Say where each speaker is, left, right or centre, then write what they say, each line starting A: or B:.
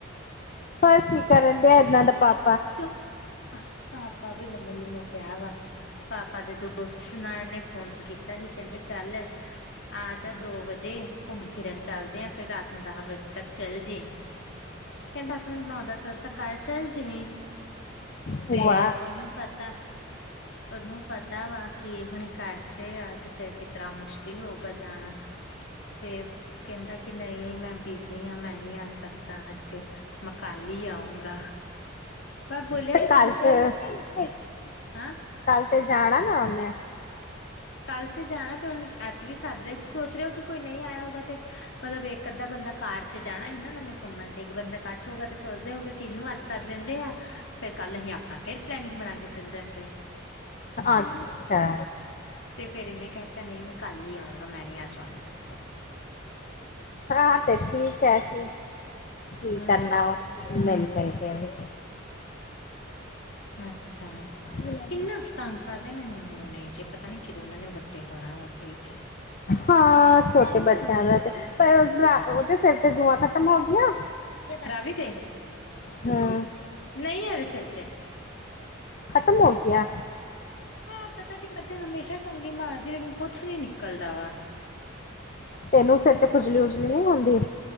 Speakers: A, on the left; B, on the left.
A: ਪਰ ਕੀ ਕਰਨ ਡੀਆ ਇਹ ਦਾ ਪਾਪ
B: ਤੇ ਪਾਪਾ ਵੀ ਲੰਮੇ ਲੁੰਮੇ ਪਿਆ ਵਾ ਪਾਪਾ ਦੇ ਦੋਸਤ ਨਾਲ ਨੇ ਫੋਨ ਕੀਤਾ ਹੀ ਕੈਂਦੇ ਸੀ ਚੱਲ ਆ ਜਾ ਦੋ ਵਜੇ ਘੁੰਮ ਫਿਰਨ ਚੱਲਦੇ ਆ ਫਿਰ ਰਾਤ ਨੂੰ ਦਹ ਵਜੇ ਤੱਕ ਚੱਲ ਜੀ ਕੈਂਦਾ ਹ ਨੌ ਦਸ ਵਸ ਤਾਂ ਘਰ ਚੱਲ ਜਵੀਂ
A: ਭੂਆ
B: ਤੇ ਓਨੂੰ ਪਤਾ ਉਹਨੂੰ ਪਤਾ ਵਾ ਕਿ ਇਹ ਹੁਣੇ ਕਰਸੇ ਫਿਰ ਕਿਤਰਾ ਮੁਸ਼ਕਿਲ ਹੋਊਗਾ ਜਾਣਾ ਤੇ ਕੈਂਦਾ ਕਿ ਨਈ ਮੈਂ ਬਿਜ਼ੀ ਆ ਮੈਂ ਨਈ ਆ ਸਕਦਾ ਅੱਜੇ ਮੈਂ ਕੱਲ ਈ ਆਊਂਗਾ। <inaudible>
A: ਤੇ ਕੱਲ
B: ਜਾ
A: ਤੇ -ਕੱਲ
B: ਹਾਂ
A: ਤੇ ਜਾਣਾ ਨਾ ਉਹਨੇ
B: ਕੱਲ ਤੇ ਜਾਣਾ ਤੇ ਹੁਣ ਅੱਜ ਵੀ ਸੱਦ ਰਏ ਸੀ ਸੋਚ ਰਏ ਹੋ ਕਿ ਕੋਈ ਨਈ ਆਇਆ ਹੋਊਗਾ ਤੇ ਮਤਲਬ ਇੱਕ ਅੱਧਾ ਬੰਦਾ ਕਾਰ 'ਚ ਜਾਣਾ ਹੀ ਨਾ ਉਹਨਾਂ ਨੇ ਘੁੰਮਣ ਤੇ ਇੱਕ ਬੰਦਾ ਕੱਠ ਹੋਗਾ ਤੇ ਸੋਚਦੇ ਹੋਗੇ ਕਿ ਈਨੂੰ ਅੱਜ ਸੱਦ ਲੈਂਦੇ ਆ ਫੇਰ ਕੱਲ ਅਸੀਂ ਆਪਣਾ ਫਿਰ ਪਲੈਨਿੰਗ ਬਣਾ ਕੇ ਚੱਲ ਜਾਂਗੇ
A: ਅੱਛਾ
B: ਤੇ ਫਿਰ ਇਹਨੇ ਕਹਿ ਤਾ ਨੀਂ ਮੈਂ ਕੱਲ ਈ ਆਊਂਗਾ ਮੈਂ ਨੀ ਆ ਜਾਂਦਾ ਤੇਕੋ
A: ਹਾਂ ਤੇ ਠੀਕ ਏ ਕੀ-ਕੀ
B: ਹਮ
A: ਕਰਨਾ ਵਾ। ਨਈ ਮਿਲ ਕੇ ਆਵੇ।
B: ਅੱਛਾ
A: ਬਿਲਾ
B: ਇਨਾ ਤੰਗ ਕਰਦੇ ਨੇ ਨਮੂਨੇ ਜੇ ਪਤਾ ਨੀ ਕਿਦੋਂ ਇਹਨਾਂ ਨੇ ਵੱਡੇ ਹੋਣਾ ਵਾ ਸਈ 'ਚ
A: ਹਾਂ ਛੋਟੇ ਬੱਚਿਆਂ ਦਾ ਤੇ ਭਰਾ ਓ ਦੇ ਸਿਰ ਤੇ ਜੂਆਂ ਖਤਮ ਹੋ ਗਈਆਂ
B: ਰਾਵੀ
A: ਹੂੰ।
B: ਨਈ ਅ ਸਿਰ 'ਚ
A: ਖ਼ਤਮ ਹੋ ਗਈਆਂ।
B: ਹਾਂ ਪਤਾ ਨੀ ਮੈਂ ਤੇ ਹਮੇਸ਼ਾ ਕੰਗੀ ਮਾਰਦੀ ਲੇਕਿਨ ਕੁਛ ਨੀ ਨਿਕਲਦਾ ਵਾ।
A: ਤੈਨੂੰ ਸਿਰ 'ਚ ਖੁਜਲੀ ਵੁਜਲੀ ਨੀ ਹੁੰਦੀ।